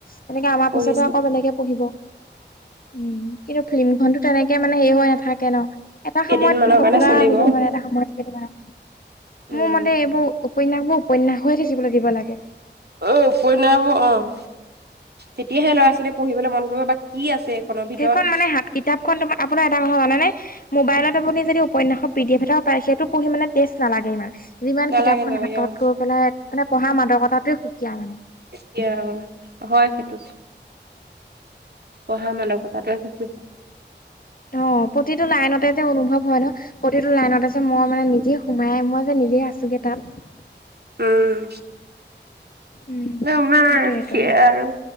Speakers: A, on the left; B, on the right.
A: তেনেকে আমাৰ
B: পঢ়িছো
A: পিছতে আকৌ বেলেগে পঢ়িব, উম, কিন্তু ফিল্ম খনটো তেনেকে মানে হেৰি হৈ নাথাকে ন, এটা
B: কেইদিনমানৰ
A: সময়ত পপুলাৰ
B: কাৰণে চলিব
A: হ'ব মানে এটা সময়ত সেইটো কাৰণে,
B: উম।
A: মোৰ মতে এইবোৰ উপন্যাস বোৰ উপন্যাস হৈয়ে থাকিবলৈ দিব লাগে।
B: অ, উপন্যাস অ'। তেতিয়াহে
A: সেইটোৱে
B: ল'ৰা ছোৱালী পঢ়িবলৈ মন কৰিব বা কি আছে এইখনৰ ভিতৰত।
A: সেইখন মানে হাত কিতাপখন তোমাৰ আপোনাৰ এটা কথা জানেনে মোবাইলত আপুনি যদি উপন্যাসৰ পি ডি এফ এটাও পায় সেইটো পঢ়ি মানে তেষ্ট নালাগে ইমান। যিমান
B: নালাগে
A: কিতাপখন
B: নালাগে
A: হাতত
B: অ'
A: লৈ পেলাই মানে পঢ়া মাদকতাতোৱে সুকীয়া মানে।
B: এতিয়া হয় সেইটো। পঢ়া মানকতাটোৱে সুকিয়া।
A: অ, প্ৰতিটো লাইনতে যে অনুভৱ হয় ন। প্ৰতিটো লাইনত আছে মই মানে নিজে সোমাই মই যে নিজে আছোগে তাত।
B: উম।
A: উম
B: আমাৰ
A: সেইটোয়েতো
B: সেইয়া আৰু।